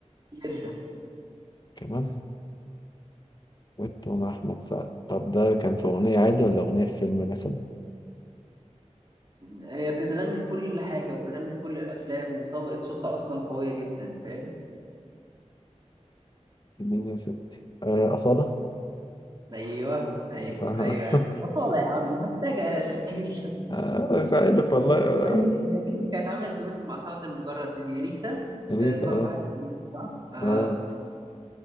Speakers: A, on the right; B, on the left.
A: جدا
B: كمان ويت مع أحمد سعد طب ده كان في أغنية عادي ولا أغنية في فيلم مثلا؟
A: هي بتتغني في كل حاجة وبتغني في كل الأفلام وطبقة صوتها أصلا قوية جدا فاهم؟
B: مين يا ستي؟ آه، أصالة؟
A: أيوه أيوه
B: <laughs> ف-
A: أيوه يا عم أصالة يا عم محتاجة تفكير <laughs>
B: آه، مش عارف والله
A: هي
B: آه،
A: تقريبا مين هي مين اللي كانت عملت دويت مع سعد المجرد دي, دي إليسا
B: أنيسة
A: أنت دماغك
B: أه
A: واحد في إليسا صح؟ آه
B: أه